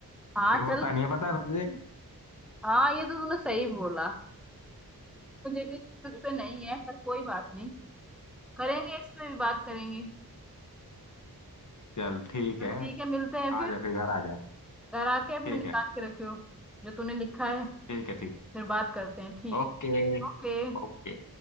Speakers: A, in the centre; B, on the left (about 50°).
A: हाँ
B: फिर होता
A: चल
B: नहीं है पता है तुझे
A: हाँ ये तो तूने सही बोला मुझे भी तुझ पे नहीं है पर कोई बात नहीं करेंगे इस पे भी बात करेंगे
B: चल ठीक
A: चल
B: है
A: ठीक है मिलते हैं
B: आ
A: फिर
B: जा फिर घर आ जा
A: घर आके अपना
B: ठीक
A: निकाल
B: है
A: के रखियो जो तूने लिखा है
B: ठीक है ठीक
A: फिर बात करते हैं ठीक
B: ओके
A: ओके
B: ओके